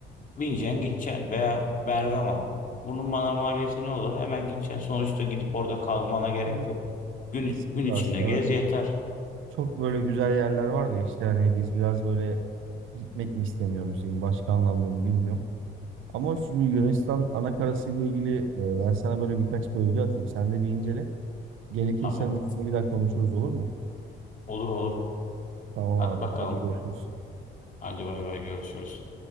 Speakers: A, on the left; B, on the right.
A: Bineceksin gideceksin veya Bergama. Bunun bana maliyeti ne olur? Hemen gideceksin. Sonuçta gidip orada kalmana gerek
B: Kesinlikle.
A: yok. Gün,
B: Kesinlikle
A: gün içinde
B: aslında
A: gez
B: öyle
A: yeter.
B: çok böyle güzel yerler var da işte hani biz biraz böyle gitmek mi istemiyoruz diyeyim başka anlamda mı bilmiyorum. Ama şu Yunanistan anakarası ile ilgili e, ben sana böyle birkaç bölge atayım. Sen de bir incele. Gerekirse
A: Tamam.
B: hani üstüne bir daha konuşuruz olur mu?
A: Olur olur.
B: Tamam
A: At
B: abi.
A: bakalım.
B: Hadi görüşürüz.
A: Hadi bay bay görüşürüz.